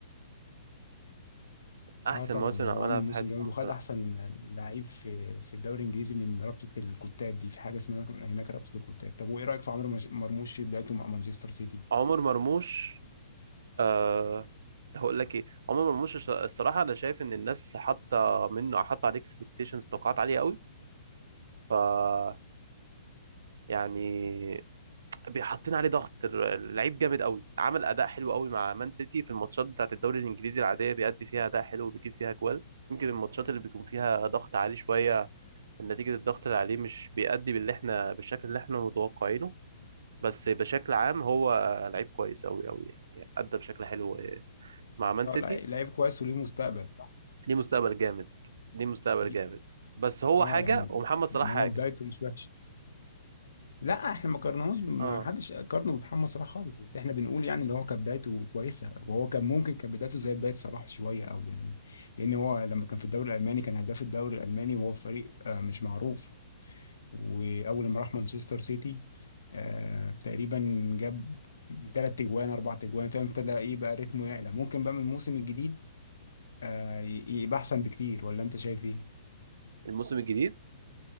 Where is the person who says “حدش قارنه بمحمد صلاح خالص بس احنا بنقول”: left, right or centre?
Left